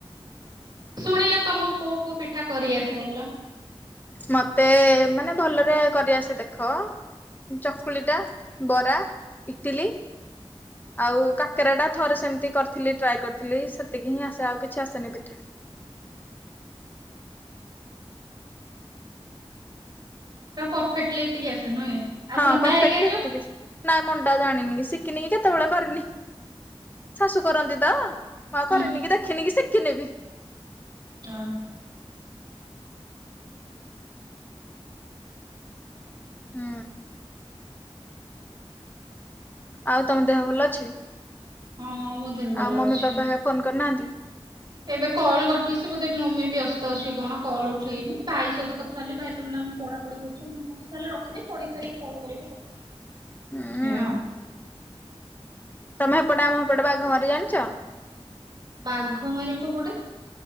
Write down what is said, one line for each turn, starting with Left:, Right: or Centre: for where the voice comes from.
Right: ଶୁଣିଲେ ତମକୁ କୋଉ କୋଉ ପିଠା କରି ଆସେ କହିଲ
Left: ମତେ ମାନେ ଭଲରେ କରିଆସେ ଦେଖ ଚକୁଳିଟା ବରା ଇଟିଲି ଆଉ କା କାକରା ଟା ଥରେ ସେମିତି କରିଥିଲି ଟ୍ରାଏ କରିଥିଲି ସେତିକି ହିଁ ଆସେ ଆଉ କିଛି ଆସେନି ପିଠା
Right: ପୁରା ପରଫେକ୍ଟଲି ଏତିକି ଆସେ ନୁହେଁ ଆଉ
Left: ହଁ
Right: ମଣ୍ଡା
Left: ପରଫେକ୍ଟଲି
Right: ହେରିକା ଯୋଉ
Left: ଏତିକି ନାଇଁ ମୁଣ୍ଡା ଜାଣିନି ଶିଖିନି କି କେତେବେଳେ କରିନି ଶାଶୁ କରନ୍ତି ତ ମୁଁ ଆଉ
Right: ହୁଁ।
Left: କରିନି କି ଦେଖିନି କି ଶିଖିନି ବି
Right: ହଁ
Left: ହୁଁ ଆଉ ତମ ଦେହ ଭଲ ଅଛି
Right: ହଁ ମୋ ଦେହ ଭଲ
Left: ଆଉ ମମି
Right: ଅଛି।
Left: ବାପା ଫୋନ କରିନାହାନ୍ତି
Right: ଏବେ କଲ୍ କରିଥିଲି ସେ ବୋଧେ ମମି ବ୍ୟସ୍ତ ଅଛି କଣ କଲ୍ ଉଠେଇନି ଭାଇ ସହିତ କଥା ହେଲି ଭାଇ କହିଲ ନା ପଢାପଢି କରୁଛି ତାହେଲେ ରଖିଦେ ପଢ଼ିସାରିକି କଲ୍ କରିବୁ ଆଉ
Left: ହୁଁ
Right: ସେୟା ଆଉ
Left: ତମେ ହେପଟେ ଆମ ହେପଟେ ବାଘମାରି ଜାଣିଛ
Right: ବାଘମାରି କୋଉ ପଟେ